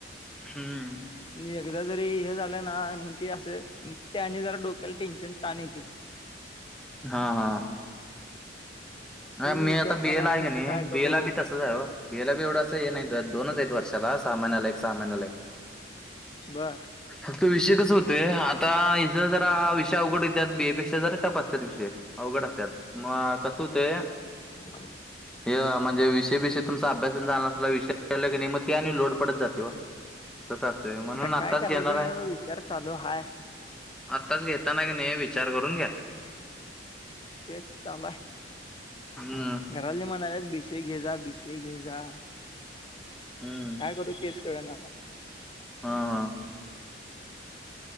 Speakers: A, in the centre; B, on the left.
A: हम्म.
B: एकदा जरी हे झालं ना? म्हग त असं त्याने जरा डोक्याला टेन्शन तान येते.
A: हा, हा.
B: तेच
A: अ मी
B: विचार
A: आता
B: चालाय
A: बी ए ला आहे
B: कसं
A: का नाही
B: काय करू
A: बी ए ला बी तसच आहे व. बी ए ला बी एवढं अस हे नाहीत दोनच आहेत. वर्षाला सहा महिन्याला एक सहा महिन्याला एक.
B: बर
A: इथं विषय कस होतय. आता इथं जरा हा विषय अवघड येतात बी ए पेक्षा जरा टफ असत्यात विषय. अवघड असत्यात मग आता कसं हो ते
B: <inaudible>
A: हां म्हणजे विषय बिषय तुमचा अभ्यास न झाला असला विषय की नाही मग ते आणि लोड पडत जाते व. तसं असतय म्हणून
B: आता
A: आत्ताच
B: काय करायचं
A: घेणार आहे.
B: विचार चालू हाय
A: आत्ताच घेताना कणी, नाही विचार करून घ्या.
B: तेच चालू आहे.
A: हम.
B: घरातले म्हणाल्यात बि. से घेजा बि. से घेजा.
A: हम्म
B: काय करू तेच कळना आता.
A: हा, हा.